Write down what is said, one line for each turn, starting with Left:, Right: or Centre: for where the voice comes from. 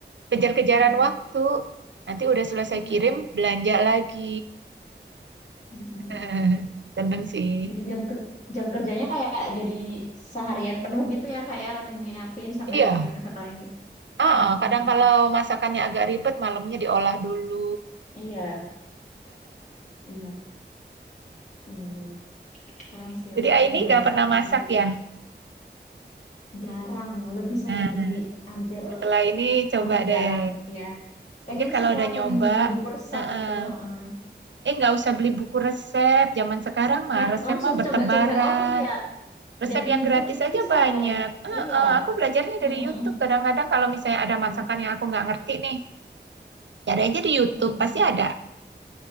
Right: Kejar-kejaran
Left: Iya.
Right: waktu, nanti udah selesai
Left: Iya.
Right: kirim, belanja lagi.
Left: Mm-mm.
Right: <laughs> Seneng sih.
Left: Jadi jam ker- jam kerjanya kayak jadi seharian penuh gitu ya kak ya karena nyiapin sampai
Right: Iya,
Left: nanti masak lagi.
Right: ah,
Left: Heeh,
Right: ah, kadang
Left: heeh.
Right: kalau masakannya agak ribet, malamnya diolah dulu.
Left: Iya, iya, iya, iya. Keren sih
Right: Jadi
Left: orang-orang
Right: ah, ini
Left: yang jualan
Right: nggak pernah
Left: makanan
Right: masak
Left: gitu.
Right: ya.
Left: Jarang, lebih sering
Right: Nah,
Left: beli, hampir
Right: setelah ini coba
Left: hampir jarang
Right: deh.
Left: ya. Pengen
Right: Mungkin kalau
Left: sih kak,
Right: udah nyoba,
Left: pengen beli buku resep
Right: ah,
Left: gitu.
Right: ah.
Left: Heeh.
Right: eh nggak usah beli buku resep. Zaman sekarang mah
Left: Hah,
Right: resep
Left: langsung
Right: mah bertebaran.
Left: coba-coba. Oh iya,
Right: Resep
Left: dari
Right: yang
Left: YouTube
Right: gratis
Left: gitu
Right: aja
Left: bisa
Right: banyak.
Left: ya kak ya?
Right: Heeh,
Left: Iya.
Right: aku belajarnya
Left: Heeh,
Right: dari YouTube.
Left: heeh, heeh.
Right: Kadang-kadang kalau misalnya
Left: Iya,
Right: ada
Left: iya.
Right: masakan yang aku nggak ngerti nih, cari aja di YouTube,
Left: Heeh, heeh.
Right: pasti ada.